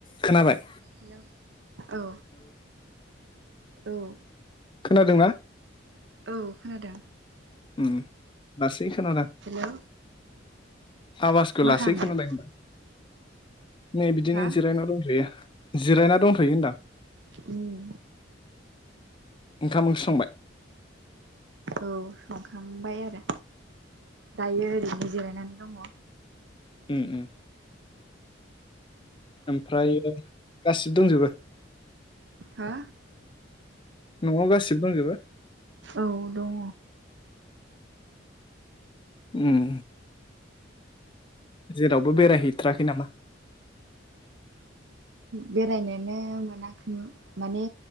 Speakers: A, on the left; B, on the right.
A: खोनाबाय?
B: हेलौ औ औ
A: खोनादोंना?
B: औ खोनादों।
A: उ लासै खोनादों।
B: हेलौ
A: आवाजखौ
B: मा
A: लासै
B: खालामदों
A: खोनादों होनदां नै बिदिनो
B: हा
A: जिरायना दंथ'यो। जिरायना दंथ'यो होनदां।
B: उम
A: ओंखाम ओंख्रि संबाय?
B: औ संखांबाय आरो दायो ओरैनो जिरायनानै दङ।
A: उम उम ओमफ्र गासिबो दंजोबो
B: हा
A: न'आव गासिबो दंजोबो?
B: औ दङ।
A: उम जेरावबो बेरायहैथ्राखै नामा
B: बेरायनोनो मोनाखैमोन। माने